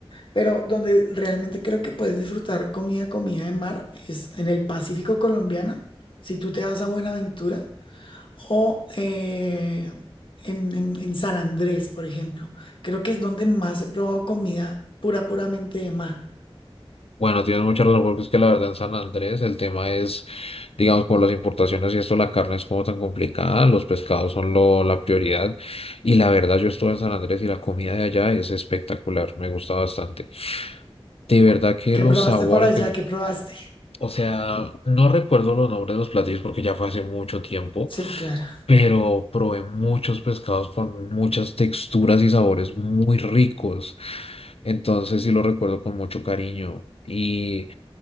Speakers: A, on the left; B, on the left.
A: pero donde realmente creo que puedes disfrutar comida, comida de mar es en el Pacífico colombiano, si tú te vas a Buenaventura o eh, en, en- en San Andrés, por ejemplo. Creo que es donde más he probado comida pura, puramente de mar.
B: Bueno, tienes mucha razón, porque es que la verdad en San Andrés el tema es, digamos, con las importaciones y esto, la carne es como tan complicada, los pescados son lo, la prioridad. Y la verdad, yo estuve en San Andrés y la comida de allá es espectacular, me gusta bastante. De verdad que
A: ¿Qué
B: los
A: probaste
B: sabores
A: para allá?
B: que...
A: ¿Qué probaste?
B: O sea, no recuerdo los nombres de los platillos porque ya fue hace mucho tiempo,
A: Sí, claro.
B: pero probé muchos pescados con muchas texturas y sabores muy ricos. Entonces sí lo recuerdo con mucho cariño. Y